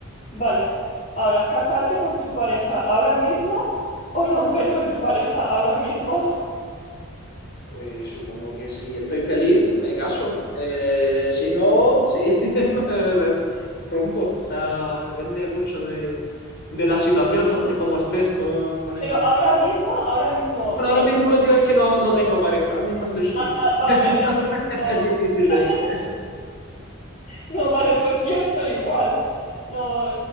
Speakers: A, on the left (about 35°); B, on the left (about 50°).
A: Vale, ahora, ¿casarte con tu pareja ahora mismo o romper con tu pareja ahora mismo?
B: Pues supongo que si estoy feliz, me caso. Eh, si no, sí, <laughs> me- me rompo. O sea, depende mucho de, de la situación, ¿no? De cómo estés con, con esa
A: Pero
B: persona.
A: ahora mismo, ahora mismo,
B: Bueno,
A: bueno,
B: ahora mismo
A: no,
B: yo es que no, no tengo pareja, ahora mismo estoy soltero.
A: ah, vale,
B: <laughs>
A: entonces
B: No fue-
A: no.
B: es difícil decir.
A: <laughs> No, vale, pues yo estoy igual. No,